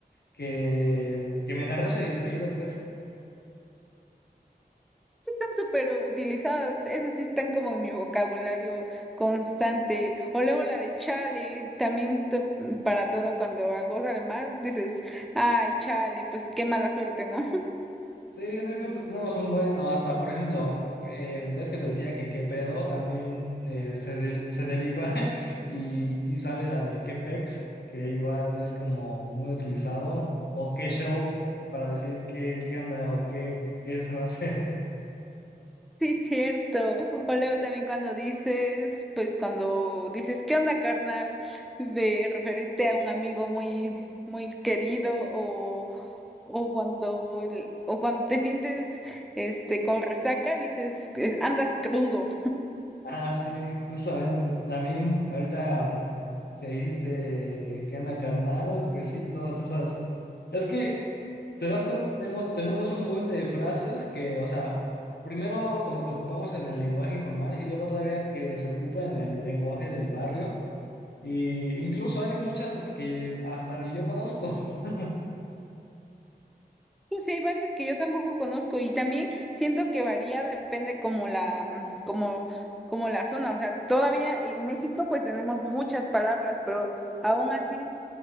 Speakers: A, on the left; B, in the centre.
A: que, que me agarras distraído, pues.
B: Sí, están súper utilizadas, esas sí están como en mi vocabulario constante. O luego la de chale, también to- mm, para todo cuando algo sale mal, dices, ay, chale, pues qué mala suerte, ¿no?
A: Sí, no inventes, tenemos un bueno, hasta por ejemplo, eh, ves que te decía que qué pedo también eh, se, de- se deriva <laughs> y, y sale la de qué pex, que igual es como muy utilizado, o qué show para decir qué, qué onda o qué, qué se va a hacer. <laughs>
B: Sí, cierto. O luego también cuando dices, pues cuando dices, ¿qué onda, carnal? De referirte a un amigo muy, muy querido o, o cuando, el- o cuando te sientes, este, con resaca, dices, que andas crudo.
A: Ah, sí, justamente, también ahorita um, que dijiste qué onda carnal, pues sí, todas esas. Es que ¿Te das cuenta? Tenemos, tenemos un buen de frases que, o sea, primero como que ocupamos en el lenguaje informal y luego todavía que se ocupa en el lenguaje del barrio. Y incluso hay muchas que hasta ni yo conozco. <laughs>
B: Pues sí, hay varias que yo tampoco conozco y también siento que varía, depende como la, mm, como, como la zona. O sea, todavía en México pues tenemos muchas palabras, pero aún así